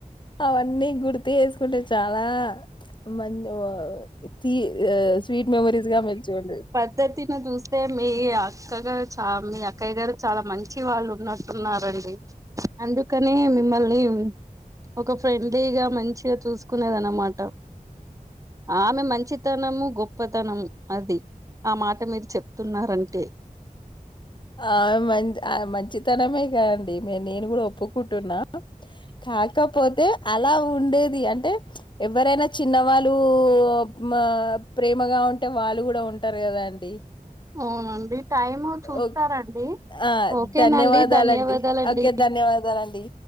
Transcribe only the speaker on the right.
పద్దతిని చూస్తే మీ అక్కగారు చా మీ అక్కయ్య గారు చాలా మంచి వాళ్ళు ఉన్నారు. ఉన్నారండి అందుకనే మిమ్మల్నిమ్ ఒక ఫ్రెండ్లీగా మంచిగా చూసుకునేదన్నమాట ఆమె మంచితనము గొప్పతనము అది ఆ మాట మీరు చెప్తున్నారంటే
అవునండి టైమ్ చూస్తారండి.
ఓకేనండి
ధన్యవాదాలండి